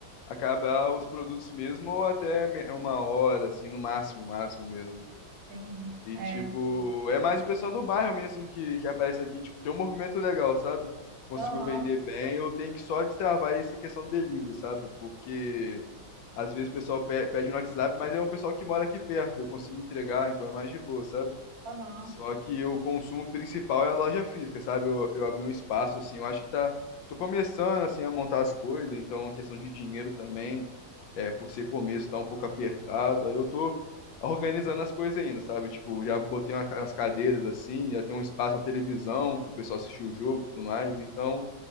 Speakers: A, on the left (about 80°); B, on the right (about 75°).
A: acabar os produtos mesmo, ou até me- uma hora, assim, no máximo, máximo mesmo.
B: Entendi.
A: E,
B: É.
A: tipo, é mais o pessoal do bairro mesmo que, que aparece aqui, tipo, tem um movimento legal, sabe? Consigo
B: Aham,
A: vender bem, eu tenho que só destravar essa questão do delivery, sabe? Porque... Às vezes o pessoal pe- pede no WhatsApp, mas é um pessoal que mora aqui perto, eu consigo entregar, então é mais de boa, sabe?
B: aham.
A: Só que o consumo principal é a loja física, sabe? Eu, eu abri um espaço, assim, eu acho que tá. Tô começando, assim, a montar as coisas, então é questão de dinheiro também, é, por ser começo, tá um pouco apertado, aí eu tô organizando as coisas ainda, sabe? Tipo, já botei uma, ca- umas cadeiras, assim, já tem um espaço na televisão pro pessoal assistir o jogo e tudo mais, então.